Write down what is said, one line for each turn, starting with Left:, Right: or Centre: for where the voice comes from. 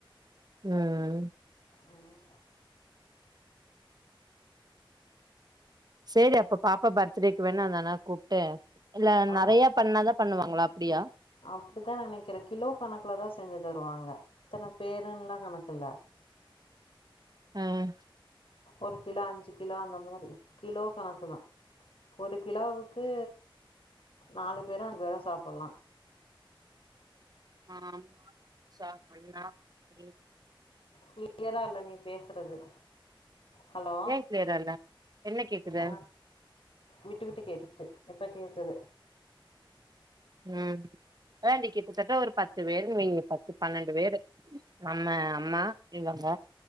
Right: உம்
Left: உம்
Right: செரி அப்ப பாப்பா பர்த்டேக்கு வேனா அந்த அண்ணாவ கூப்ட்டு இல்ல
Left: ஆ
Right: நெறையா பண்ணாதா பண்ணுவாங்களா அப்டியா
Left: அப்டித்தா நெனைக்கிறே கிலோ கணக்குலதா செஞ்சு தருவாங்க இத்தன பேருன்லா கணக்கு இல்ல
Right: ம்
Left: ஒரு கிலோ அஞ்சி கிலோ அந்த மாரி கிலோ கணக்கு தா ஒரு கிலோவுக்கு நாலு பேரு அஞ்சு பேரு சாப்பெல்லா
Right: ஆமா சாப்பெட்லா ஏ
Left: கிளியரா இல்ல நீ பேஷ்றது ஹலோ
Right: ஏன் கிளியரா இல்ல என்ன கேக்குது
Left: ஆ விட்டு விட்டு கேட்டுச்சு இப்ப கேக்குது
Right: ம் வேண்டி கிட்டத்தட்ட ஒரு பத்து பேருக்கு வெய்யி பத்து பன்னெண்டு பேரு ஆமா அம்மா இவங்க